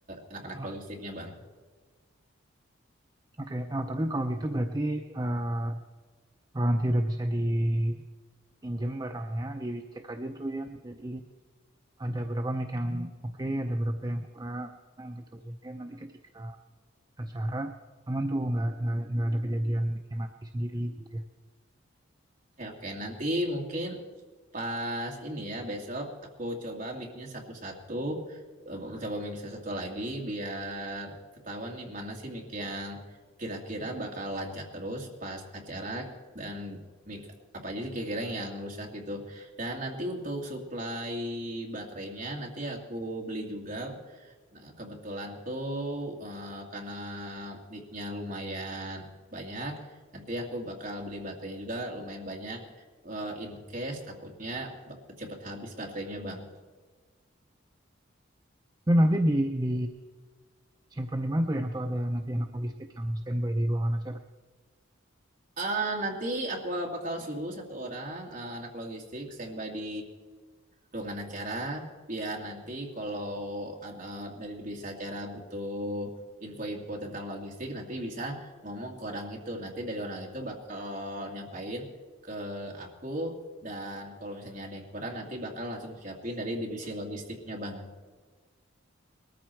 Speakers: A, on the right (about 40°); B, on the right (about 20°).
A: anak-anak
B: hmm.
A: logistiknya, Bang.
B: Oke, Nah, tapi kalau gitu berarti eh, Kalau nanti udah bisa dipinjem barangnya, dicek aja tuh ya. Jadi ada berapa mic yang oke, ada berapa yang kurang gitu. Jadi nanti ketika acara aman tuh nggak nggak nggak ada kejadian micnya mati sendiri gitu ya.
A: Oke, oke. Nanti mungkin pas ini ya, besok aku coba mic-nya satu-satu. Eh, Aku coba mic satu-satu lagi biar ketahuan nih mana sih mic yang kira-kira bakal lancar terus pas acara dan mic apa aja sih kira-kira yang rusak gitu. Dan nanti untuk supply baterainya nanti aku beli juga Nah, kebetulan tuh eh, karena nicknya lumayan banyak, nanti aku bakal beli baterainya juga lumayan banyak. Eh, in case takutnya ba- cepet habis baterainya, Bang.
B: Itu nanti di di simpan di mana tuh ya? Atau ada nanti anak logistik yang standby di ruangan acara?
A: Ah, nanti aku bakal suruh satu orang eh, anak logistik standby di ruangan acara biar nanti kalau an- eh, dari bisa acara butuh info-info tentang logistik nanti bisa ngomong ke orang itu. Nanti dari orang itu bakal nyampain ke aku dan kalau misalnya ada yang kurang nanti bakal langsung siapin dari divisi logistiknya, Bang.